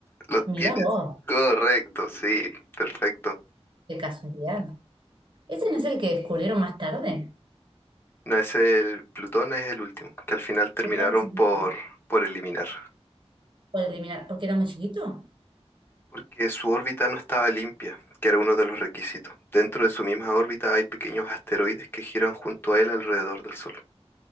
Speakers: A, on the left; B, on the right.
A: Lo
B: Mirá
A: tienes.
B: vos,
A: Correcto, sí. Perfecto.
B: qué casualidad. ¿Ese no es el que descubrieron más tarde?
A: No es el Plutón, es el último, que al final terminaron
B: Que todo ese- mismo?
A: por, por eliminar.
B: Por eliminar, porque era muy chiquito.
A: Porque su órbita no estaba limpia, que era uno de los requisitos. Dentro de su misma órbita hay pequeños asteroides que giran junto a él alrededor del Sol.